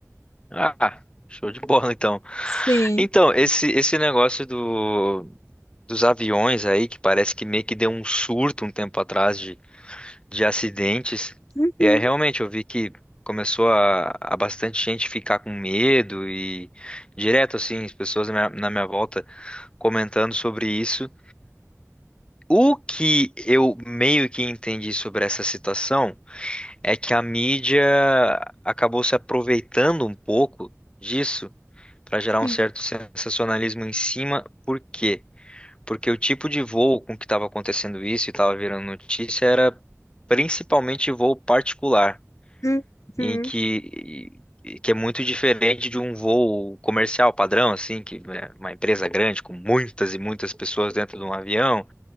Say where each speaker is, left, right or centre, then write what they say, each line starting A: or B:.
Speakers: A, on the left; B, on the left.
A: Ah, show de bola então.
B: Sim.
A: Então, esse esse negócio do dos aviões aí que parece que meio que deu um surto um tempo atrás de de acidentes.
B: Uhum.
A: E aí realmente eu vi que começou a, a bastante gente ficar com medo e direto assim, as pessoas na minha na minha volta comentando sobre isso. O que eu meio que entendi sobre essa situação é que a mídia acabou se aproveitando um pouco disso para gerar
B: Sim.
A: um certo sensacionalismo em cima. Por quê? Porque o tipo de voo com que estava acontecendo isso e estava virando notícia era principalmente voo particular,
B: Uhum.
A: em que que é muito diferente de um voo comercial padrão, assim, que né, uma empresa grande com muitas e muitas pessoas dentro de um avião,